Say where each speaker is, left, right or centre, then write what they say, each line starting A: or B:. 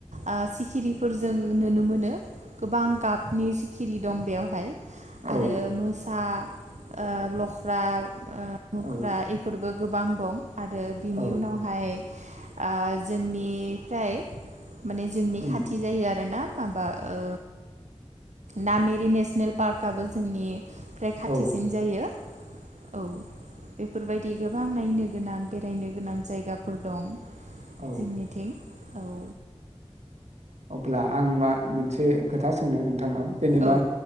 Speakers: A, on the right (about 80°); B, on the right (about 70°).
A: ओ सिखिरिफोरजों नुनो मोनो। गोबां गाबनि खिरि दं बेवहाय।
B: औ
A: आरो मोसा ओ लख्रा मुख्रा
B: औ
A: इफोरबो गोबां दं। आरो बिनि
B: औ
A: उनावहाय ओ जोंनिफ्राय माने जोंनि
B: उम
A: खाथि जायो आरोना। माबा ओ नामेरि नेसनेल पार्कआबो जोंनि खाथिसिन
B: औ
A: जायो औ। बेफोरबायदि गोबां नायनो गोनां बेरायनो गोनां जायगाफोर दं।
B: औ
A: जोंनिथिं औ।
B: अब्ला आं मा मोनसे खोथा सोंनो नों थांनाव जेनेबा
A: औ